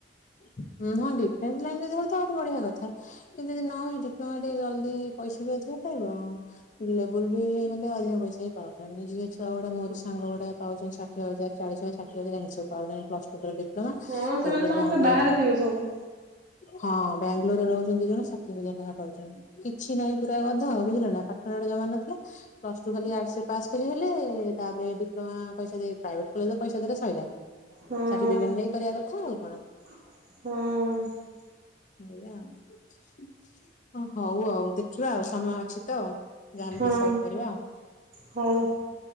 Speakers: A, on the left (about 45°); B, on the right (about 55°).
A: ଉୁଁ ହଁ ଡିଫେନ୍ସ ଲାଇନ ରେ ଯିବୁ ତ ଆହୁରି ବଢିଆ କଥା। କିନ୍ତୁ ଯଦି ନ ହଉଛି ଡିପ୍ଲୋମା ଟିକେ ଜଲ୍ଦି ପଇସା ବି ଅଧିକ ଖାଇବ। ଲେବୁଲ ବି ହେଇଗଲେ ଅଧିକ ପଇସା ବି ପାଉଛନ୍ତି। ଝିଅ ଛୁଆ ଗୁଡା ମୋର ସାଙ୍ଗ ଗୁଡାକ ପାଉଛନ୍ତି ସା ଷଠିଏ ହାଜର, ଚାଳିଶ ହାଜର, ଷାଠିଏ ହାଜର ଏମିତି ସବୁ ପାଉଛନ୍ତି ପ୍ଲସ୍ ଟୁ ଡିପ୍ଲୋମା ଏବେ
B: ହଁ ସେମାନେ
A: ସବୁ
B: ସମସ୍ତେ
A: ବ୍ୟାଙ୍ଗଲୋରେ
B: ବାହାରେ ଥିବେ ସବୁ
A: ହଁ ବାଙ୍ଗାଲୋରରେ ରହୁଛନ୍ତି ଦି ଜଣ ଷାଠିଏ ହଜାର ଲେଖା ପାଉଛନ୍ତି। କିଛି ନାହିଁ ପୁରା ଗଧ ବୁଝିଲ ନା ପାଠ ଷାଠ ଜମା ନଥିଲା ପ୍ଲସ୍ ଟୁ ଖାଲି ଆର୍ଟସରେ ପାସ୍ କରିଗଲେ ତାପରେ ଡିପ୍ଲୋମା ପଇସା ଦେଇ ପ୍ରାଇଭେଟ କଲେଜରେ ପଇସା ଦେଲେ ସରିଲା,
B: ହଁ
A: ସାର୍ଟିଫିକେଟ ନେଇ କରିଆ କଥା ଆଉ କଣ।
B: ହଁ।
A: ଏୟା ଆଉ। ହଉ ଆଉ ଦେଖିବା ଆଉ ସମୟ ଅଛି ତ ଯାହେଲେ
B: ହଁ
A: ଡିସାଇଡ କରିବା ଆଉ।
B: ହଉ।